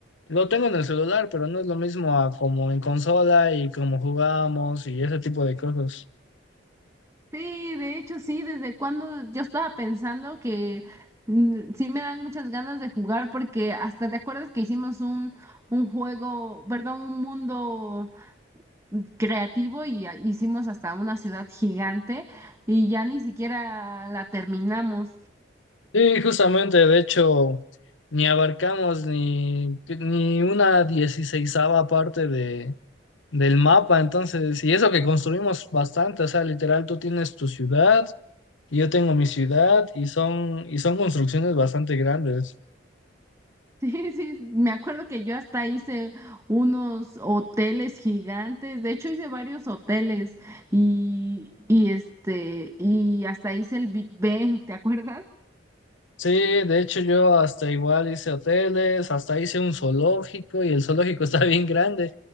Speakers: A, on the left; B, on the right.
A: lo tengo en el celular, pero no es lo mismo a como en consola y como jugábamos y ese tipo de cosas.
B: Sí, de hecho sí, desde cuando yo estaba pensando que mm, sí me dan muchas ganas de jugar porque hasta te acuerdas que hicimos un, un juego, perdón, un mundo. creativo y a- hicimos hasta una ciudad gigante y ya ni siquiera la terminamos. <laughs>
A: Sí, justamente, de hecho, ni abarcamos ni, ni una dieciseisava parte de del mapa, entonces, y eso que construimos bastante, o sea, literal, tú tienes tu ciudad y yo tengo mi ciudad y son, y son construcciones bastante grandes.
B: Sí, sí, me acuerdo que yo hasta hice unos hoteles gigantes, de hecho hice varios hoteles y, y este, y hasta hice el Big Ben, ¿te acuerdas?
A: Sí, de hecho yo hasta igual hice hoteles, hasta hice un zoológico y el zoológico <laughs> está bien grande